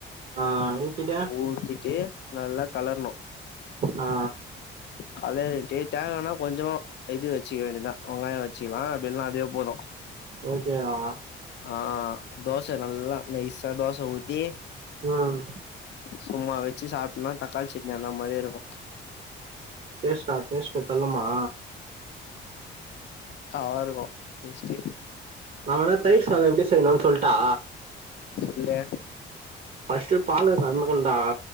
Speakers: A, on the right; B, on the left.
A: ஆ ஊத்திட்ட
B: ஊத்திட்டு நல்லா களர்ணு
A: ஆ
B: களரிட்டே தேங்கெண்ண கொஞ்சமா இது வெச்சிக்க வேண்டியதா வெங்காயோ வெச்சிக்கலா அப்டில்லனா அதே போது
A: ஓகேவா
B: ஆ தோச நல்லா நைசா தோச ஊத்தி
A: ம்
B: சும்மா வெச்சி சாப்ட்டினா தக்காளி சட்னி அந்த மாரியே இருக்கு
A: டேஸ்ட்டா டேஸ்ட்டு தள்ளுமா
B: பக்காவா இருக்கு டேஸ்ட்டு
A: நா வேணா தயிர் சாதோ எப்டி செய்ணுன் சொல்ட்டா
B: சொல்லு
A: ஃபஸ்ட் பாலு கறந்துக்கணுன்டா